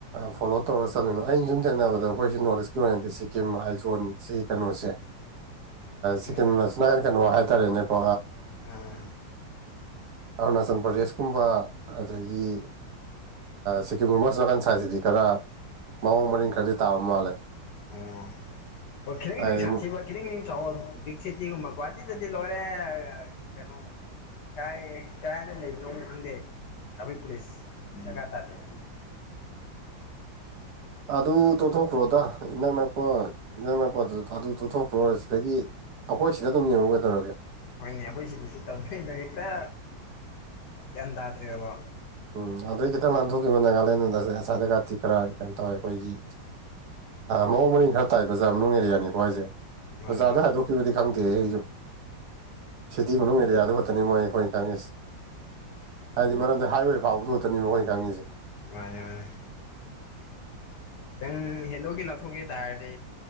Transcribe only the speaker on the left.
ꯎꯝ
ꯑꯥ
ꯑꯣ ꯍꯣꯏ ꯈꯤꯇꯪ
ꯈꯤꯇꯪ ꯁꯥꯊꯤꯕ
ꯈꯤꯇꯪ ꯆꯥꯎ ꯕꯤꯛ ꯁꯤꯇꯤꯒꯨꯝꯕ ꯒꯨꯍꯥꯇꯤꯗꯗꯤ ꯂꯣꯏꯔꯦ ꯀꯩꯅꯣ ꯀꯥꯏ ꯀꯗꯥꯥꯏꯗ ꯂꯩꯕꯅꯣ ꯈꯪꯗꯦ ꯇ꯭ꯔꯥꯚꯛ ꯄꯨꯂꯤꯁ ꯂꯒꯥꯇꯔꯦ
ꯍꯣꯏꯅꯦ ꯑꯩꯈꯣꯏ ꯁꯤꯗꯁꯨ ꯇꯧꯅꯤꯗ ꯍꯦꯛꯇ ꯒ꯭ꯌꯥꯟ ꯇꯥꯗ꯭ꯔꯦꯕꯕꯣ
ꯃꯥꯅꯦ
ꯃꯥꯅꯦ
ꯃꯥꯅꯦ ꯋꯥꯅꯦ ꯎꯝ ꯍꯦꯟꯗꯣꯛꯀ ꯂꯥꯞꯊꯣꯛꯈꯤ ꯇꯥꯔꯗꯤ